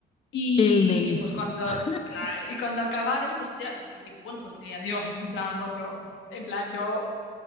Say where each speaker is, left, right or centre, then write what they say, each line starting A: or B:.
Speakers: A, on the left (about 80°); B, on the left (about 30°).
A: Y
B: El delicioso.
A: pues cuando,
B: <laughs>
A: claro, y cuando acabaron, pues ella pues, le dijo, bueno, pues eh, adiós, en plan rollo, en plan yo